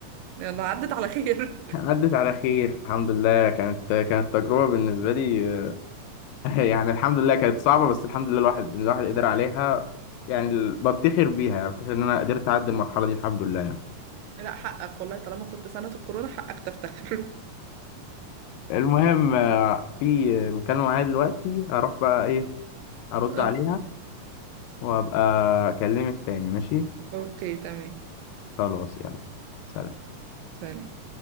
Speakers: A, on the right; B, on the left.
A: يلا عدت على خير
B: عدت على خير الحمد لله كانت كانت تجربة بالنسبة لي آه، <laughs> يعني الحمد لله كانت صعبة بس الحمد لله الواحد الواحد قدر عليها يعني ال- بفتخر بيها يعني بفتخر إن أنا قدرت أعدي المرحلة دي الحمد لله يعني
A: لا حقك والله طالما كنت سنة الكورونا حقك تفتخر
B: المهم آه، في مكالمة معايا دلوقتي هروح بقى إيه أرد
A: <laughs> اه
B: عليها وأبقى أكلمك تاني ماشي
A: اوكي تمام
B: خلاص يلا سلام
A: سلام